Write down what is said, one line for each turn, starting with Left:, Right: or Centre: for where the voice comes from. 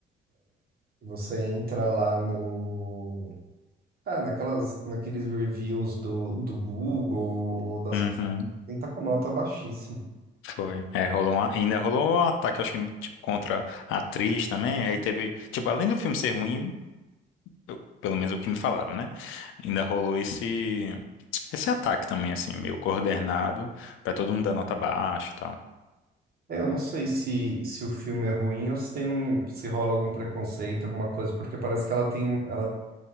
Right: Você entra lá no. Ah, naquelas, naqueles reviews do, do Google, ou das.
Left: Uhum.
Right: Tem tá com nota baixíssima.
Left: Foi. É, rolou um, a- ainda rolou um ataque, eu acho que tipo, contra a atriz também. Aí teve, tipo, além do filme ser ruim, eu- pelo menos o que me falaram, né? Ainda rolou esse esse ataque também, assim, meio coordenado, pra todo mundo dar nota baixa e tal.
Right: É, eu não sei se, se o filme é ruim ou se tem um, se rola algum preconceito, alguma coisa, porque parece que ela tem, um- ela,